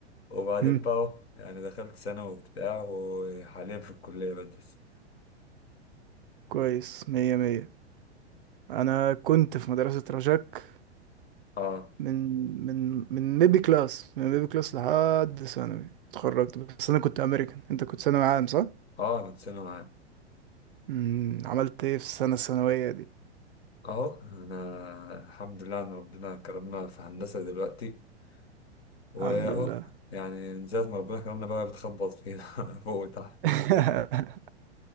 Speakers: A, on the left; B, on the right.
A: وبعدين
B: مم.
A: بقى اهو يعني دخلت ثانوي وبتاع وحاليا في الكلية بدرس
B: كويس مية مية انا كنت في مدرسة رجاك
A: اه
B: من من من ميبي كلاس من ميبي كلاس لحد ثانوي اتخرجت بس انا كنت امريكان انت كنت ثانوي عام صح؟
A: اه كنت ثانوي عام
B: مم. عملت ايه في السنة الثانوية دي؟
A: اهو انا الحمد لله ان ربنا كرمنا في هندسه دلوقتي واهو
B: الحمد لله
A: يعني من ساعه ما ربنا كرمنا بقى بتخبط فينا <laughs> فوق وتحت
B: <laughs>